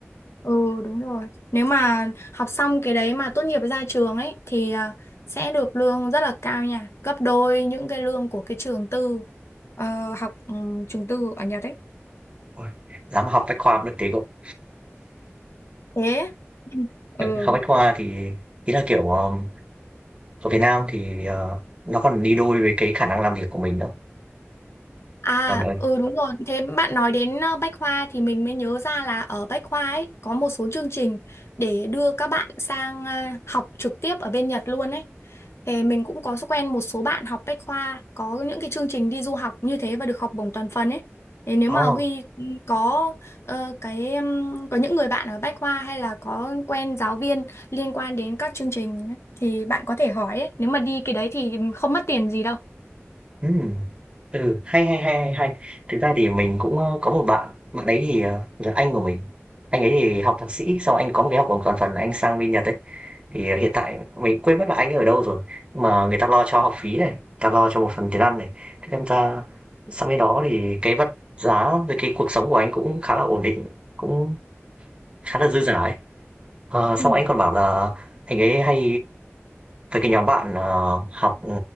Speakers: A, on the left; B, on the right.
A: Ừ đúng rồi. Nếu mà học xong cái đấy mà tốt nghiệp ra trường ấy thì à, sẽ được lương rất là cao nha, gấp đôi những cái lương của cái trường tư ờ, học ừ, trường tư ở Nhật ấy.
B: Ôi, dám học bách khoa cũng được tí cậu.
A: Thế. Ừ.
B: Học Bách Khoa thì ý là, kiểu, ờm, ở Việt Nam thì, ờ, nó còn đi đôi với cái khả năng làm việc của mình nữa.
A: À,
B: Còn ở
A: ừ đúng rồi. Thế bạn nói đến ờ, Bách Khoa thì mình mới nhớ ra là ở Bách Khoa ấy có một số chương trình để đưa các bạn sang ờ, học trực tiếp ở bên Nhật luôn ấy. Thì mình cũng có quen một số bạn học Bách Khoa có những cái chương trình đi du học như thế và được học bổng toàn phần ấy. Thế nếu
B: oh,
A: mà Huy có ờ, cái ừm, có những người bạn ở Bách Khoa hay là có quen giáo viên liên quan đến các chương trình ấy, thì bạn có thể hỏi ấy. Nếu mà đi cái đấy thì không mất tiền gì đâu.
B: ừm, ừ, hay, hay, hay, hay, hay. Thực ra thì mình cũng, ơ, có một bạn, bạn ấy thì, ờ, là anh của mình. Anh ấy thì học thạc sĩ, xong anh có một cái học bổng toàn phần, anh sang bên Nhật ấy. Thì, ờ, hiện tại mình quên mất là anh ấy ở đâu rồi, nhưng mà người ta lo cho học phí này, người ta lo cho một phần tiền ăn này. Thế nên ra sang bên đó thì cái vật giá với cái cuộc sống của anh cũng khá là ổn định, cũng khá là dư dả ấy. Ờ, xong
A: Ừ.
B: anh còn bảo là anh ấy hay với cái nhóm bạn ờ, học ừ,